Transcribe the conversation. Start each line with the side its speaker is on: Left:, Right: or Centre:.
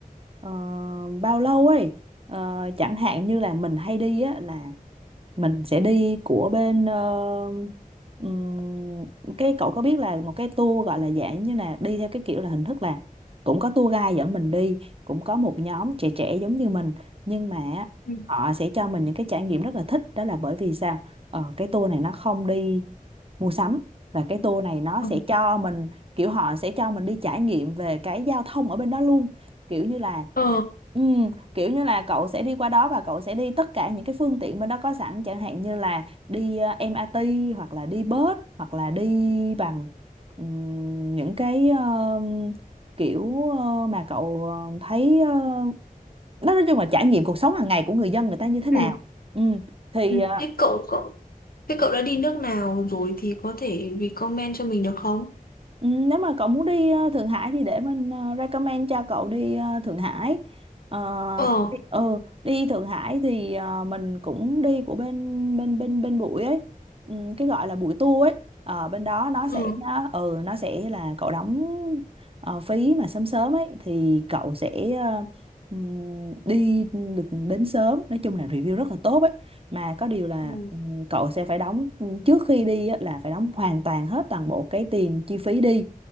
Right: ờ, bao lâu ấy Ờ, chẳng hạn như là mình hay đi á là mình sẽ đi của bên ờ, ừm, cái cậu có biết là một cái tour gọi là dạng như là đi theo cái kiểu là hình thức là cũng có tour guide dẫn mình đi cũng có một nhóm trẻ trẻ giống như mình nhưng mà
Left: Ừ.
Right: họ sẽ cho mình những cái trải nghiệm rất là thích đó là bởi vì sao Ờ, cái tour này nó không đi mua sắm và cái tour này nó
Left: Ừ.
Right: sẽ cho mình kiểu họ sẽ cho mình đi trải nghiệm về cái giao thông ở bên đó luôn kiểu như là
Left: Ờ,
Right: ừ, kiểu như là cậu sẽ đi qua đó và cậu sẽ đi tất cả những cái phương tiện bên đó có sẵn chẳng hạn như là đi ờ, MRT hoặc là đi bus hoặc là đi bằng ừm, những cái ờ, kiểu ờ, mà cậu ờ, thấy ờ, nói chung là trải nghiệm cuộc sống hàng ngày của người dân người ta như thế
Left: Ừ.
Right: nào ừ. thì
Left: ừ.
Right: ờ,
Left: thế cậu cậu thế cậu đã đi nước nào rồi thì có thể recommend cho mình được không?
Right: Ừ, nếu mà cậu muốn đi ờ, Thượng Hải thì để mình ờ, recommend cho cậu đi ờ, Thượng Hải. Ờ,
Left: Ờ,
Right: đi, ừ, đi Thượng Hải thì ờ, mình cũng đi của bên bên bên bên bụi ấy, ừ, cái gọi là bụi tour ấy. Ờ, bên đó nó
Left: ừ.
Right: sẽ nó ừ nó sẽ là cậu đóng ờ, phí mà sớm sớm ấy thì cậu sẽ ờ, ừm, đi được đến sớm. Nói chung là review rất là tốt ấy. Mà có điều là
Left: Ừ.
Right: ừm, cậu sẽ phải đóng trước khi đi á, là phải đóng hoàn toàn hết toàn bộ cái tiền chi phí đi